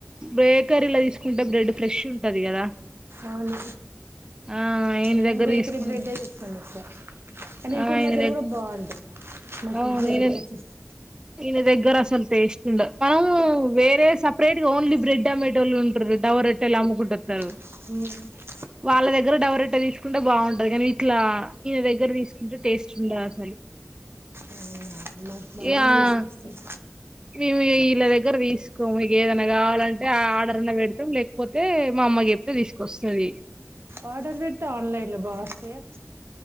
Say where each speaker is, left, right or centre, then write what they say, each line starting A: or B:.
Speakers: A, on the right; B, on the right.
A: బేకరీల తీసుకుంటే బ్రెడ్ ఫ్రెష్ ఉంటది కదా
B: అవును
A: ఆ ఈయన
B: నేను
A: దగ్గర
B: బేకరీ
A: తీసుకు
B: బ్రెడ్డే తీసుకోనొచ్చా కానీ
A: ఆ
B: ఇతని
A: ఈయన
B: దగ్గర
A: దగ్
B: కూడ బావుంటాది నాకు
A: అవును
B: ఇంటి దగ్గరకొచ్చిస్త్
A: ఈయన ఈయన దగ్గర అసలు టేస్ట్ ఉండ మనము వేరే సపరేట్ గా ఓన్లీ బ్రెడ్ అమ్మేటోళ్ళు ఉంటారు డవ రొట్టెలు అమ్ముకుంటొత్తరు
B: ఉమ్మ్
A: వాళ్ళ దగ్గర డవరెట్ట తీసుకుంటే బావుంటది కానీ ఇట్లా ఈయన దగ్గర తీసుకుంటే టేస్ట్ ఉండదు అసలు
B: అవునా మాకు బానే
A: ఇగ
B: తీసుకొస్తది
A: మేము ఇయ వీళ్ళ దగ్గర తీసుకోము మీకేదన్నా కావాలంటే ఆర్డర్ అన్న పెడతాం లేకపోతే మా అమ్మకు చెప్తే తీసుకొస్తది
B: అర్డర్ పెడితే అన్లైన్ లో బా ఒస్తయా